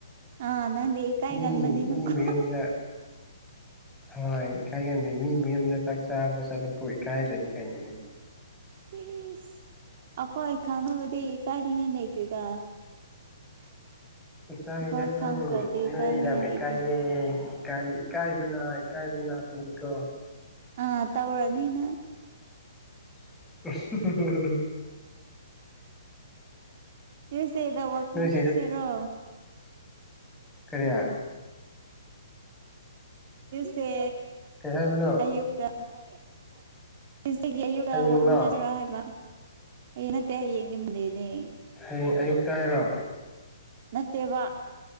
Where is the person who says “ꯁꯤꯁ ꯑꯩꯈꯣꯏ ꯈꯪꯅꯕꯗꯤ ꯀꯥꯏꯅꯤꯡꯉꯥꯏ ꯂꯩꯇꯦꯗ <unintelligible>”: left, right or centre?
Right